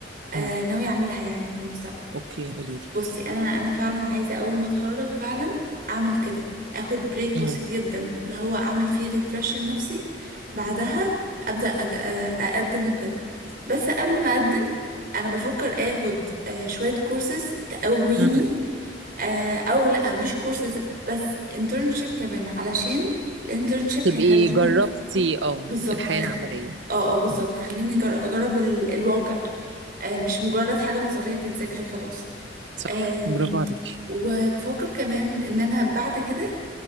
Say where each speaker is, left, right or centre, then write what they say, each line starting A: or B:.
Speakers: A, on the right (about 50°); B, on the right (about 70°).
A: أه
B: امم
A: ناوية اعملها يعني في المستقبل
B: اوكي قولي لي
A: بصي انا انا فعلا عايزه اول ما اتخرج فعلا اعمل كده اخد بريك
B: امم
A: بسيط جدا اللي هو اعمل فيه ريفرش لنفسي بعدها ابدا أك... آه، اقدم وكده بس قبل ما اقدم انا بفكر اخد آه، شويه كورسز تقويني
B: امم
A: آه، او لا مش كورسز بس انترنشيب كمان علشان الانترنشيب
B: تبقي
A: هيخليني
B: جربتي اه
A: بالظبط
B: الحياة
A: هيخ...
B: العملية
A: اه اه بالظبط
B: مم.
A: هيخليني أجر- اجرب ال... الواقع آه، مش مجرد حاجه نظريه بتتذاكر وخلاص
B: صح
A: آمم،
B: برافو عليكي
A: وبفكر كمان ان انا بعد كده